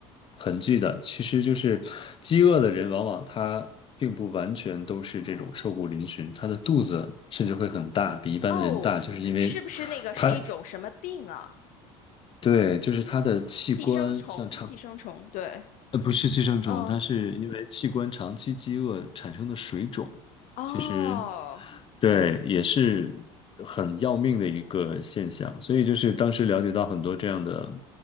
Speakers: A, on the left (about 35°); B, on the left (about 60°).
A: 痕迹的。其实就是，饥饿的人往往他并不完全都是这种瘦骨嶙峋，他的肚子甚至会很大，比一般的人大，
B: 哦，
A: 就是因为
B: 是不是那个是一种什么病啊？
A: 他对，就是他的器官像肠，
B: 寄生虫，寄生虫，对，
A: 呃，不是寄生虫，
B: 嗯，
A: 它是因为器官长期饥饿产生的水肿。
B: 哦，
A: 其实。对，也是很要命的一个现象。所以就是当时了解到很多这样的